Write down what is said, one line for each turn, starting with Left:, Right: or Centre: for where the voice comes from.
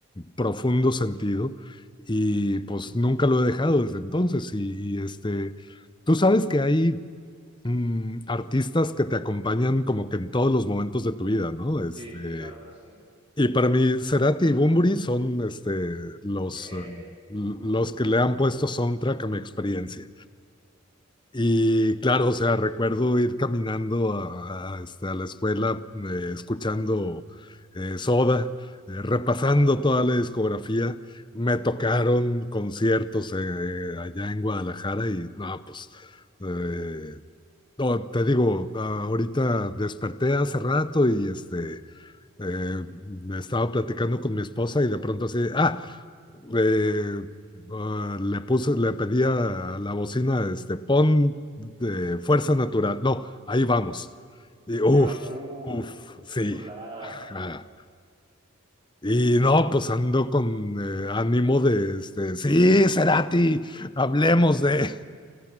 Left: profundo sentido, y pues nunca lo he dejado desde entonces. Y, y este, tú sabes que hay mm, artistas que te acompañan como que en todos los momentos de tu vida, ¿no?
Right: Sí,
Left: Este,
Right: claro que sí.
Left: y para mí, Cerati y Bunbury son este, los,
Right: qué
Left: eh, los que le han puesto soundtrack a mi experiencia. Y claro, o sea, recuerdo ir caminando a, a, este, a la escuela eh, escuchando eh, Soda, eh, repasando
Right: claro.
Left: toda la discografía. Me tocaron conciertos eh, allá en Guadalajara y no, pues, eh, no, te digo, ahorita desperté hace rato y este, eh, estaba platicando con mi esposa y de pronto así, ah, eh, ah, le puse, le pedía a la bocina, este, pon de fuerza natural. No, ahí vamos. Y uff,
Right: Ahí vamos. Uf,
Left: uff,
Right: qué
Left: sí.
Right: chulada.
Left: Ah, Y no, pues ando con eh, ánimo de, este, sí, Cerati, hablemos
Right: <laughs>
Left: de...